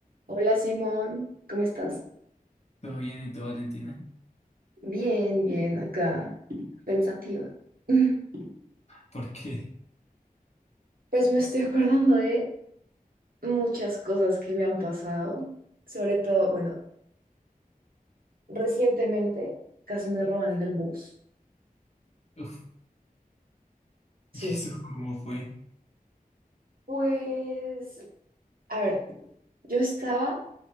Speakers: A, on the right (about 70°); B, on the left (about 45°).
A: Hola Simón, ¿cómo estás?
B: Todo bien y tú Valentina.
A: Bien, bien, acá, pensativa. <laughs>
B: Porque,
A: Pues me estoy acordando de muchas cosas que me han pasado, sobre todo, bueno, recientemente casi me roban en el bus,
B: <laughs> uf,
A: sí.
B: ¿y eso cómo fue?
A: Pues, a ver, yo estaba